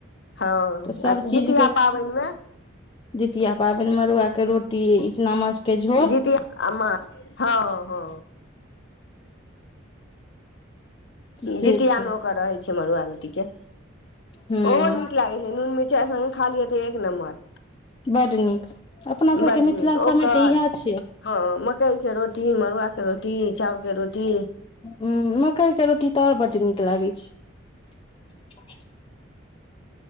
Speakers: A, on the left; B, on the left.
A: हँ
B: तऽ सभ
A: जितिया
B: चीजके
A: पाबनिमे
B: जितिया पाबनि मरुआके रोटी ईचना माछ के झोर
A: जीत माछ हँ हँ
B: से
A: जीतियामे
B: छै
A: ओकर रहै छै मड़ुआ रोटीके
B: हूँ
A: ओ नीक लागे छै नून मिरचाइ सगं खालीय त एक नम्बर
B: बड नीक अपना सबके
A: बड
B: मिथिला
A: नीक ओकर
B: सभमे तऽ इएह छियै
A: हँ मकइके रोटी मड़ुआके रोटी चाउरके रोटी
B: ह मकइ के रोटी तऽर बड नीक लागै छै